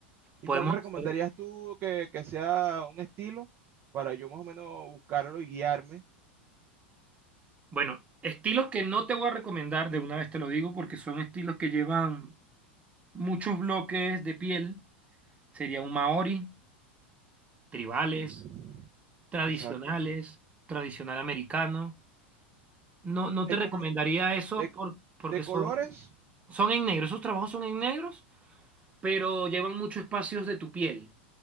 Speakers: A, on the right; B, on the right.
A: ¿Y
B: Podemos
A: cuál me recomendarías
B: hacer,
A: tú que, que sea un estilo para yo más o menos buscarlo y guiarme?
B: bueno, estilos que no te voy a recomendar, de una vez te lo digo, porque son estilos que llevan muchos bloques de piel. Sería un maori, tribales,
A: Ujú,
B: tradicionales,
A: Exacto.
B: tradicional americano. No, no
A: De,
B: te recomendaría
A: colo-
B: eso
A: de co-
B: por- porque
A: de colores,
B: son, son en negro, esos trabajos son en negros, pero llevan muchos espacios de tu piel.